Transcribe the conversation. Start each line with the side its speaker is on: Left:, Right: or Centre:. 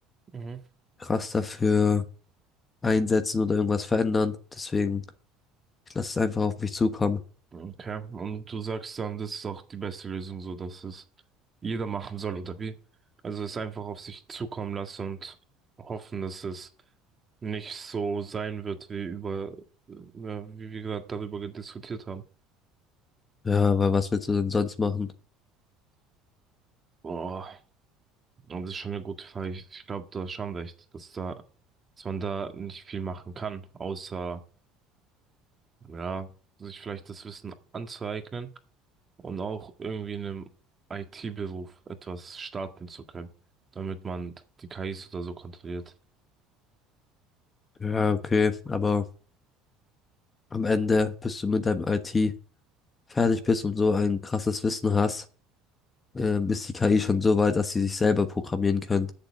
Right: Mhm.
Left: krass dafür einsetzen oder irgendwas verändern. Deswegen, ich lasse es einfach auf mich zukommen.
Right: Okay. Und du sagst dann, das ist auch die beste Lösung, so dass es jeder machen soll, oder wie? Also es einfach auf sich zukommen lassen und hoffen, dass es nicht so sein wird, wie über, äh, ja, wie wir gerade darüber diskutiert haben.
Left: Ja, weil was willst du denn sonst machen?
Right: Boah. Und das ist schon eine gute Frage. Ich, ich glaube, du hast schon recht, dass da, dass man da nicht viel machen kann, außer, ja, sich vielleicht das Wissen anzueignen und auch irgendwie in einem IT-Beruf etwas starten zu können, damit man die KIs oder so kontrolliert.
Left: Ja, okay, aber am Ende, bis du mit deinem IT fertig bist und so ein krasses Wissen hast, ähm, ist die KI schon so weit, dass sie sich selber programmieren können.